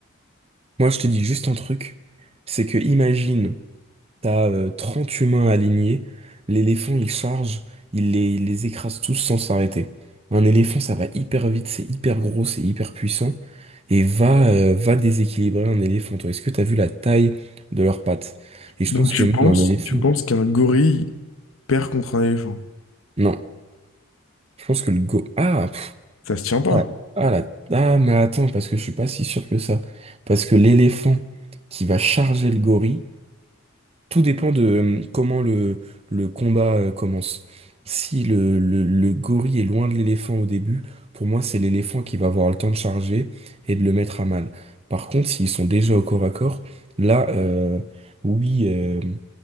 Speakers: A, on the right; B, on the left.
A: Moi, je te dis juste un truc, c'est que imagine... T'as euh, 30 humains alignés. L'éléphant, il charge, il les, il les écrase tous sans s'arrêter. Un éléphant, ça va hyper vite, c'est hyper gros, c'est hyper puissant. Et va, euh, va déséquilibrer un éléphant. Toi, est-ce que t'as vu la taille de leurs pattes? Et je
B: Donc
A: pense
B: tu
A: que même
B: penses,
A: un éléphant.
B: tu penses qu'un gorille perd contre un éléphant?
A: Non. Je pense que le go. Ah, pff,
B: Ça se tient pas.
A: ah, ah, la- ah, mais attends, parce que je suis pas si sûr que ça. Parce que l'éléphant qui va charger le gorille, Tout dépend de euh, comment le, le combat euh, commence. Si le, le, le gorille est loin de l'éléphant au début, pour moi, c'est l'éléphant qui va avoir le temps de charger et de le mettre à mal. Par contre, s'ils sont déjà au corps à corps, là, euh, oui. euh,